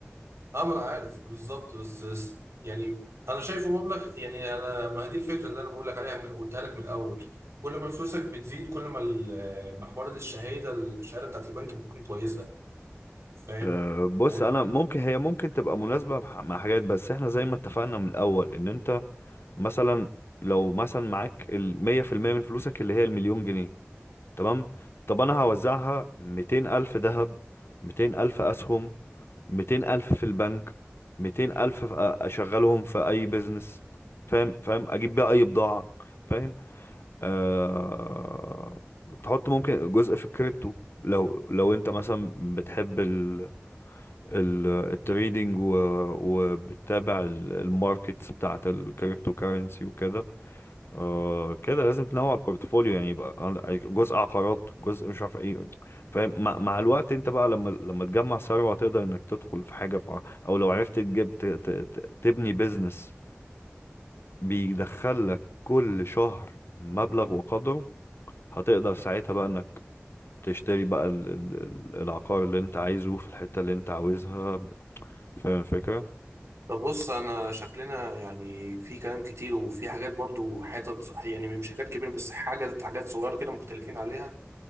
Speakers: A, on the right; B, on the left.
A: اه ما انا عارف بالظبط بس بس يعني انا شايفه مبلغ يعني انا ما هي دي الفكره اللي انا بقول لك عليها قلتها لك من الاول كل ما فلوسك بتزيد كل ما ال- محور الشهاده الشهاده بتاعت البنك بتكون كويسه فاهم
B: آه، بص
A: يعني
B: انا ممكن هي ممكن تبقى مناسبه بح- مع حاجات بس احنا زي ما اتفقنا من الاول ان انت مثلا لو مثلا معاك المية في المية من فلوسك اللي هي المليون جنيه تمام طب انا هوزعها 200 الف ذهب 200 الف اسهم 200 الف في البنك 200 الف في- اشغلهم في اي بيزنس فاهم فاهم اجيب بيها اي بضاعة فاهم آه... تحط ممكن جزء في الكريبتو لو لو انت مثلا بتحب ال... ال... التريدينج و... وبتتابع ال- الماركتس بتاعت الكريبتو كارنسي وكده آه كده لازم تنوع البورتفوليو يعني يبقى عند- يعني جزء عقارات جزء مش عارف ايه فاهم مع, مع الوقت انت بقى لما لما تجمع ثروة تقدر انك تدخل في حاجة في ع- او لو عرفت تجيب ت, ت, ت, تبني بيزنس بيدخل لك كل شهر مبلغ وقدره هتقدر ساعتها بقى انك تشتري بقى ال, ال, ال, العقار اللي انت عايزه في الحتة اللي انت عاوزها فاهم الفكرة
A: طب بص انا شكلنا يعني في كلام كتير وفي حاجات برضو حتت يعني مش حاجات كبيره بس حاجات حاجات صغيره كده مختلفين عليها